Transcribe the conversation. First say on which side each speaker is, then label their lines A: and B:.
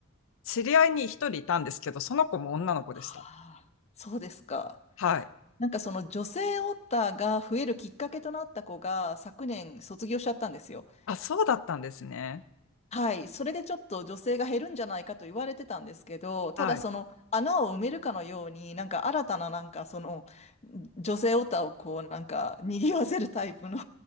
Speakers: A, on the left; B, on the left.
A: 知り合いに一人いたんですけど、その子も女の子でした。
B: はあ、そうですか。
A: はい。
B: なんかその女性オタが増えるきっかけとなった子が昨年卒業しちゃったんですよ。
A: あ、そうだったんですね。
B: はい、それでちょっと女性が減るんじゃないかと言われてたんですけど、ただその穴を埋めるかのように、
A: はい。<laughs>
B: なんか新たななんかその女性オタをこうなんか賑わせるタイプの